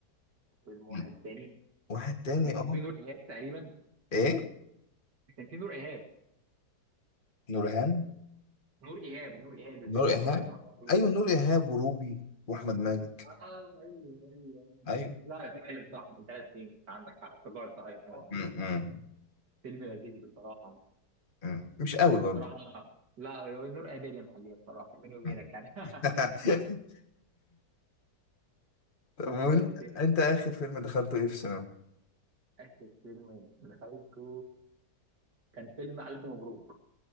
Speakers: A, on the right (about 70°); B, on the left (about 30°).
A: فيلم
B: مم.
A: واحد تاني
B: واحد تاني
A: لكن
B: اه
A: في نور ايهاب تقريبا
B: ايه
A: كان في نور ايهاب
B: نورهان
A: نور ايهاب نور ايهاب البنت
B: نور إيهاب
A: اللي هي المعروفه
B: أيوة
A: دي.
B: نور إيهاب وروبي وأحمد مالك
A: اه ايوه ايوه ايوه
B: أيوة
A: لا فعلا صح من ثلاث سنين انت عندك حق افتكرت ايوه
B: م-م.
A: فيلم لذيذ بصراحه
B: م-م. مش قوي برضو
A: بصراحه لا هو نور ايهاب اللي محليه بصراحه بيني وبينك
B: م.
A: يعني <laughs>
B: <laughs> طب وأنت
A: بس يعني
B: أنت آخر فيلم دخلته إيه في السينما؟
A: اخر فيلم دخلته كان فيلم الف مبروك